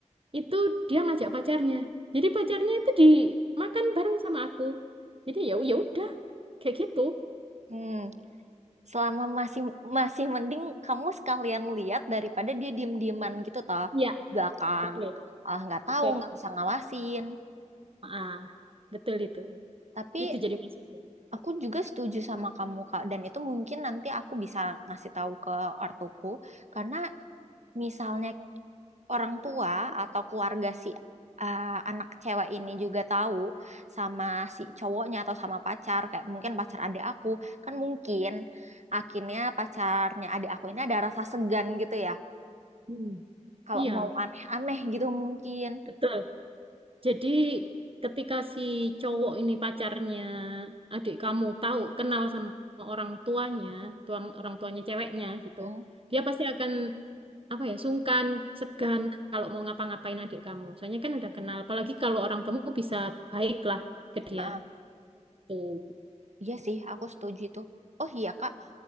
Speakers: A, on the right; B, on the right.
A: itu dia ngajak pacarnya jadi pacarnya itu dimakan bareng sama aku jadi ya ya udah kayak gitu
B: Hmm. Selama masih masih mending kamu sekalian lihat daripada dia diem-dieman gitu toh
A: Iya,
B: belakang.
A: betul,
B: Ah, nggak tahu,
A: betul.
B: nggak bisa ngawasin.
A: Ah, betul itu.
B: Tapi
A: Itu jadi maksudnya.
B: aku juga setuju sama kamu, Kak. Dan itu mungkin nanti aku bisa ngasih tahu ke ortuku. Karena misalnya orang tua atau keluarga si eh, anak cewek ini juga tahu sama si cowoknya atau sama pacar, kayak mungkin pacar adik aku, kan mungkin akhirnya pacarnya adik aku ini ada rasa segan gitu ya.
A: Hmm,
B: Kalau
A: Iya,
B: mau aneh-aneh gitu mungkin.
A: betul. Jadi ketika si cowok ini pacarnya adik kamu tahu kenal sama orang tuanya, tuang orang tuanya ceweknya gitu,
B: Mm.
A: dia pasti akan apa ya sungkan, segan kalau mau ngapa-ngapain adik kamu. Soalnya kan udah kenal. Apalagi kalau orang kamu bisa baiklah ke dia.
B: Ah,
A: Tuh.
B: iya sih, aku setuju itu. Oh iya, Kak.